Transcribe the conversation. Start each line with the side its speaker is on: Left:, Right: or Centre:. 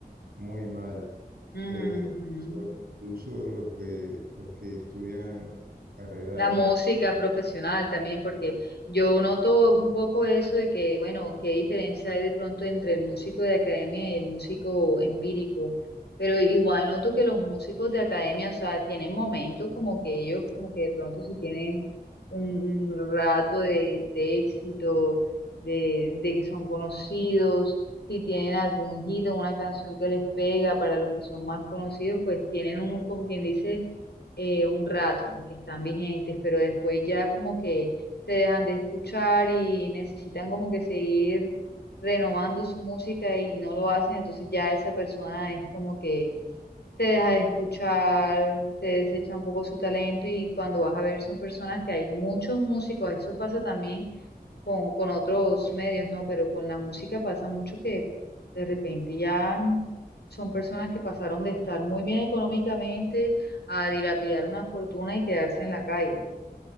Right: muy mal.
Left: Ujú.
Right: Eh, so- incluso los que, los que estudian carreras
Left: La música profesional también, porque yo noto un poco eso de que, bueno, qué diferencia hay de pronto entre el músico de academia y el músico empírico, pero igual noto que los músicos de academia, o sea, tienen momentos como que ellos, como que de pronto si tienen un, un rato de, de éxito, de, de que son conocidos, si tienen algún hit o una canción que les pega para los que son más conocidos, pues tienen un, como quien dice, eh, un rato en que están vigentes, pero después ya como que se dejan de escuchar y necesitan como que seguir renovando su música y no lo hacen, entonces ya esa persona es como que se deja de escuchar, se desecha un poco su talento y cuando vas a ver son personas que hay muchos músicos, eso pasa también con, con otros medios, ¿no? Pero con la música pasa mucho que de repente ya n- son personas que pasaron de estar muy bien económicamente a dilapidar una fortuna y quedarse en la calle.